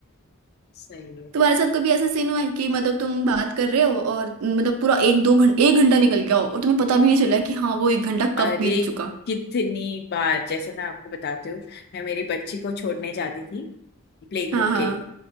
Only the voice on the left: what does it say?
सही है
अरे
कितनी बार जैसे मैं आपको बताती हूँ मैं मेरी बच्ची को छोड़ने जाती थी प्ले ग्रुप
के लिए